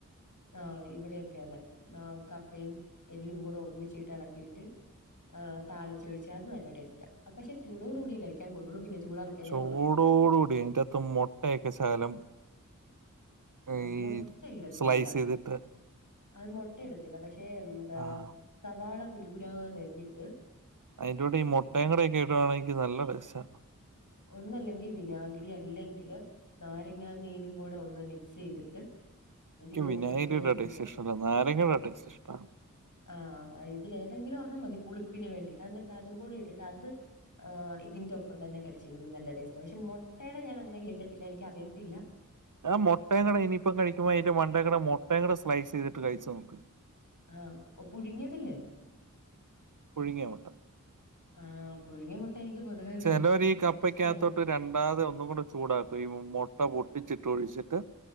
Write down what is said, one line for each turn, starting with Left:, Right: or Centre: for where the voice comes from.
Left: ആഹ് ഇവിടെയൊക്കെ അതെ ആഹ് കപ്പയും എല്ലും കൂടെ ഒന്നിച്ചീട്ട് എളക്കിയിട്ട് ആഹ് താളിച്ചൊഴിച്ച അത് നല്ല ടേസ്റ്റ പക്ഷേ ചൂടോട് കൂടേ കഴിക്കാൻ കൊള്ളുള്ളൂ പിന്നെ ചൂടാറി കഴിഞ്ഞാ
Right: ചൂടോട്
Left: കൊള്ളത്തൂല്ല
Right: കൂടി ഐറ്റാത്ത് മുട്ടയൊക്കെ ശകലം
Left: ആ
Right: ഈ
Left: മുട്ടയിടത്തില്ല
Right: സ്ലൈസ് ചെയ്തിട്ട്
Left: അത് മുട്ടയിടത്തില്ല പക്ഷെ എന്താ
Right: ആ
Left: സവാള കുരുകുരാ നരിഞ്ഞിട്ട്
Right: അയിൻ്റൂടെ ഈ മുട്ടയുംകൂടെ ഒക്കെ ഇടുവാണെങ്കി നല്ല ടേസ്റ്റാ
Left: ഒന്നല്ലെങ്കിൽ വിനാഗിരി അല്ലെങ്കില് നാരങ്ങ നീരും കൂടെ ഒന്ന് മിക്സ് ചെയ്തിട്ട് ഇതിന്റെ
Right: ക്കും വിനായികരിയുടെ
Left: പൊക്കത്തൂടെ ഇട്ടിട്ട്
Right: ടേസ്റ്റ് ഇഷ്ടല്ല നാരങ്ങളുടെ ടേസ്റ്റ് ഇഷ്ടാണ്
Left: ആഹ് ഇതില് ഏതെങ്കിലും ഒരെണ്ണം മതി പുളിപ്പിന് വേണ്ടി എന്നിട്ട് അതും കൂടി ഇട്ടിട്ട് അത് ആ ഇതിന്റെ ഒപ്പം തന്നെ കടിച്ചിരുമ്പോ നല്ല ടേസ്റ്റാ ആ പക്ഷെ മുട്ടയുടെ ഞാൻ അങ്ങനെ കേട്ടിട്ടില്ല എനിക്ക അറിയത്തില്ല
Right: ആഹ് മുട്ട കൂടിഇനിയിപ്പം കഴിക്കുമ്പോ അതിന്റെ മണ്ടക്ക് മുട്ടയും കൂടെ സ്ലൈസ് ചെയ്തിട്ട് കഴിച്ചു നോക്ക്
Left: ആം പുഴുങ്ങിയതല്ലേ
Right: പുഴുങ്ങിയ മുട്ട
Left: ആഹ് പുഴുങ്ങിയ മുട്ട എനിക്ക് പൊതുവേ
Right: ചെലവര്
Left: വേണ്ട
Right: ഈ കപ്പക്കകത്തോട്ട്
Left: ഇഷ്ടല്ലാത്തെ
Right: രണ്ടാത് ഒന്ന് ഒന്നും കൂടെ ചൂടാക്കും ഈ മുട്ട പൊട്ടിച്ചിട്ട് ഒഴിച്ചിട്ട്